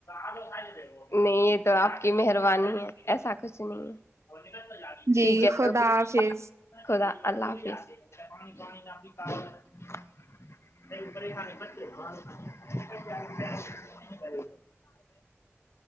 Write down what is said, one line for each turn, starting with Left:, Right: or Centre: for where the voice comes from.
Left: آلو سائ دے وہ <unintelligible> نہیں یہ تو آپ کی مہربانی ہے ایسا کچ نہیں ہے
Right: جی
Left: ٹھیک ہے
Right: خدا
Left: تو
Right: حافظ
Left: خدا اللہ حافظ ہاں